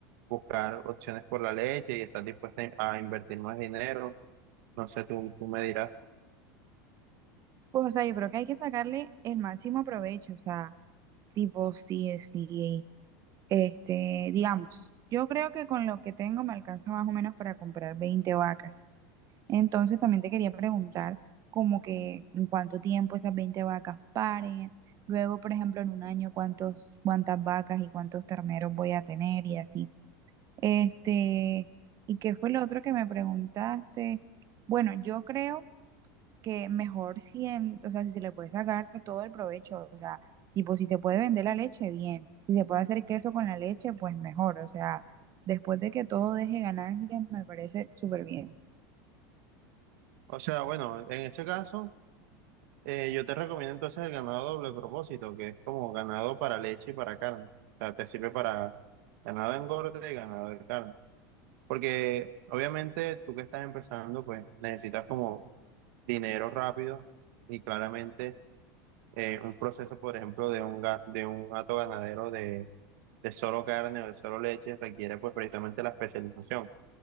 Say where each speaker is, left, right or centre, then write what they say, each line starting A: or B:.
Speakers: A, on the right (about 65°); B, on the right (about 35°).
A: buscar opciones por la leche y estás dispuesta a invertir más dinero, no sé, tú, tú me dirás.
B: Pues, o sea, yo creo que hay que sacarle el máximo provecho, o sea, tipo, sí, sí, este, digamos, yo creo que con lo que tengo me alcanza más o menos para comprar 20 vacas. Entonces también te quería preguntar como que en cuánto tiempo esas 20 vacas paren, luego, por ejemplo, en un año cuántos, cuántas vacas y cuántos terneros voy a tener y así. Este, ¿y qué fue lo otro que me preguntaste? Bueno, yo creo que mejor si, en- o sea, si se le puede sacar todo el provecho, o sea, tipo, si se puede vender la leche, bien, si se puede hacer queso con la leche, pues mejor, o sea, después de que todo deje ganancias, me parece súper bien.
A: O sea, bueno, en ese caso... Eh, yo te recomiendo entonces el ganado doble propósito, que es como ganado para leche y para carne. O sea, te sirve para ganado de engorde y ganado de carne. Porque obviamente tú que estás empezando, pues necesitas como dinero rápido y claramente eh, un proceso, por ejemplo, de un, ga- de un hato ganadero de, de solo carne o de solo leche requiere pues precisamente la especialización.